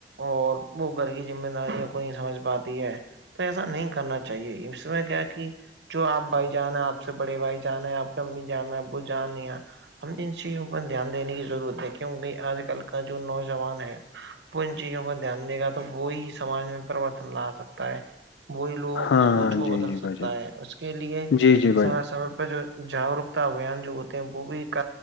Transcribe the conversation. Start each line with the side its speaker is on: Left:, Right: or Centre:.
Right: اور وہ گھر کی ذمہ داریوں کو نہیں سمجھ پاتی ہے تو ایسا نہیں کرنا چاہیے اس میں کیا کہ جو آپ بھائی جان ہے آپ سے بڑے بھائی جان ہے آپ کی امی جان ہے ابو جان یا ہم انن چیزوں پر دھیان دینے کی ضرورت ہے کیونکہ آج کل کا جو نوجوان ہے وہ ان چیزوں پر دھیان دے گا تو وہی سمج میں پرریورتن لا سکتا ہے وہی لوگوں کی
Left: ہاں
Right: سوچ کو
Left: جی
Right: بدل
Left: جی
Right: سکتا
Left: بھائی جان
Right: ہے اس کے لیے
Left: جی جی بھائی
Right: سمے سمے جو جاگروکتا ابھیان جو ہوتے ہیں وہ بھی ک